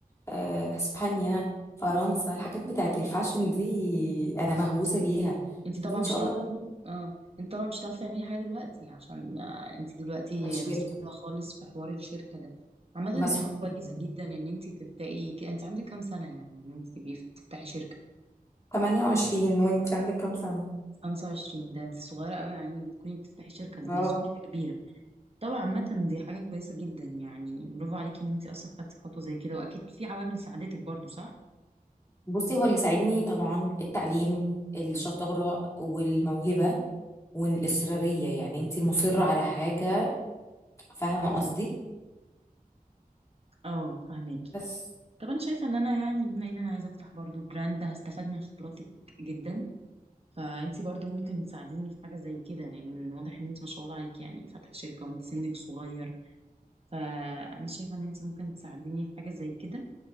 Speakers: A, on the left (about 20°); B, on the right (about 40°).
A: آه، اسبانيا
B: صح
A: فرنسا الحاجات بتاعت الفاشن دي انا مهووسه بيها
B: انت
A: دي
B: طبعا
A: ان
B: مش
A: شاء
B: هتعرفي
A: الله
B: اه انت طبعا مش هتعرفي تعملي حاجه دلوقتي عشان آه، انت دلوقتي
A: الشركه
B: مسؤوله خالص في حوار الشركه ده عامه
A: مسحوق
B: دي حاجه كويسه
A: جدا
B: جدا ان انت تبداي كده انت عندك كام سنه يعني ان انت تبقي تفتحي شركه
A: 28 وانت عندك كام سنه
B: 25 ده انت صغيره قوي يعني بتكوني بتفتحي شركه دي
A: اه
B: مسؤوليه كبيره طبعا عامه دي حاجه كويسه جدا يعني برافو عليكي ان انت اصلا خدتي خطوه زي كده واكيد في عوامل ساعدتك برضو صح
A: بصي هو اللي ساعدني طبعا التعليم الشطاره
B: مم.
A: والموهبه والاصراريه يعني انت مصره على حاجه فاهمه قصدي
B: اه فهماكي
A: بس
B: طب انا شايفه ان انا يعني بما ان انا عايزه افتح برضو براند هستفاد من خبراتك جدا فانتي برضو ممكن تساعديني في حاجه زي كده لان واضح ان انت ما شاء الله عليك يعني فاتحه شركه وانت سنك صغير فانا شايفه ان انت ممكن تساعديني في حاجه زي كده